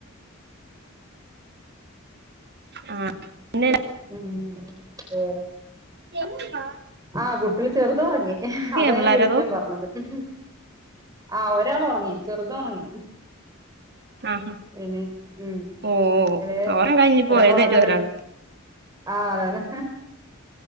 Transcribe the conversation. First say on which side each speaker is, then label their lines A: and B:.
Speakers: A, on the right (about 55°); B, on the right (about 20°).
A: ആഹ് പിന്നെ
B: ഉം ഉം ഉം
A: എന്താ
B: ആഹ് കുട്ട്യാള് ചെറുത് ഒറങ്ങി അതാ
A: പിള്ളേരതോ
B: ഞാൻ വിളിക്കാൻ പറഞ്ഞത്. ഉം ആഹഹ് ഒരാൾ ഒറങ്ങി ചെറുത് ഒറങ്ങി
A: ആഹ്
B: ഇനി ഉം
A: ഓഹ്
B: ഇവടെ
A: ഒറക്കം കഴിഞ്ഞിപ്പോ
B: ഒരാൾ
A: എഴുന്നേറ്റു
B: ഒറങ്ങാനുണ്ട്.
A: ഒരാള്
B: ആഹ് അതന്നെ